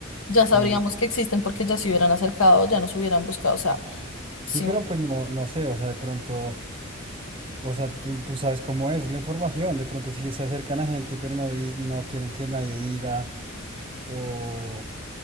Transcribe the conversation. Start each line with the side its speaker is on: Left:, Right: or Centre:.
Left: Ya
Right: Sí,
Left: sabríamos que existen porque ya se hubieran acercado, ya nos hubieran buscado, o sea,
Right: sí,
Left: sí,
Right: pero
Left: me-
Right: pues no, no sé, o sea, de pronto. O sea, tú, tú sabes cómo es la información. De pronto sí se acercan a gente, pero no, di- no quieren que nadie diga. O,